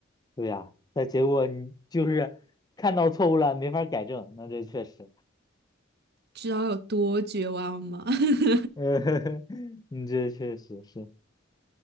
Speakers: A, on the left; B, on the right.
A: 对呀，但结果你就是看到错误了，没法改正，那这确实，
B: 知道有多绝望吗？<laughs>
A: <laughs> 嗯，你这确实是，